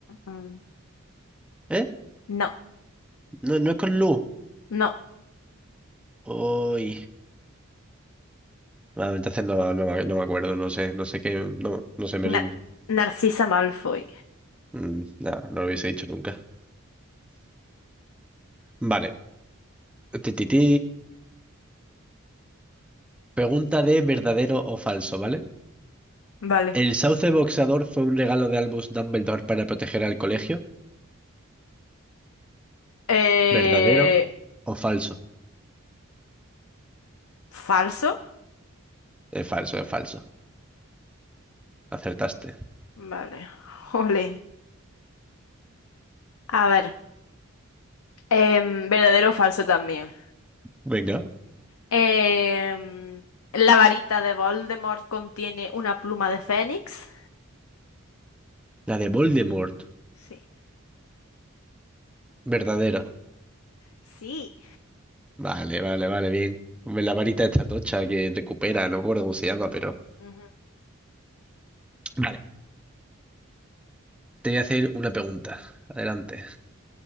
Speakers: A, on the left (about 80°); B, in the centre.
A: Mm.
B: ¿Eh?
A: No,
B: No, no es con Lu.
A: no,
B: Uy. Ah, entonces no, no, me no me acuerdo, no sé, no sé qué, no, no sé, me rindo.
A: Na- Narcisa Malfoy.
B: Mm, no, no lo hubiese dicho nunca. Vale. Ti, ti, ti. Pregunta de verdadero o falso, ¿vale?
A: Vale.
B: ¿El sauce boxeador fue un regalo de Albus Dumbledore para proteger al colegio?
A: Eh,
B: ¿Verdadero o falso?
A: ¿falso?
B: Es falso, es falso. Acertaste.
A: Vale. Jole. A ver. em, verdadero o falso también.
B: Venga.
A: Em, ¿la varita de Voldemort contiene una pluma de fénix?
B: La de Voldemort.
A: Sí.
B: Verdadero.
A: Sí.
B: Vale, vale, vale, bien. Hombre, La varita esta tocha que recupera, no me acuerdo cómo se llama, pero...
A: Ujú.
B: Vale, te voy a hacer una pregunta. Adelante.